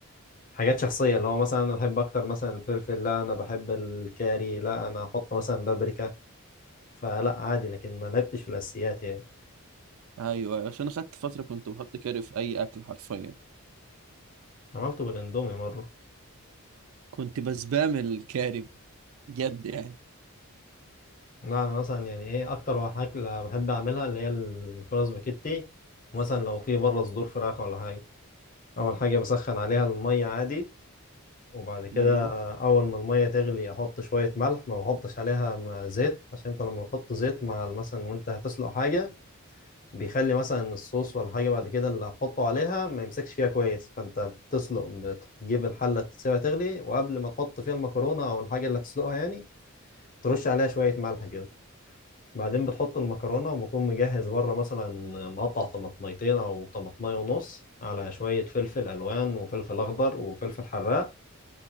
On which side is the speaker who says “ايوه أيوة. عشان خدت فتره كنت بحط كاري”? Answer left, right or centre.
Right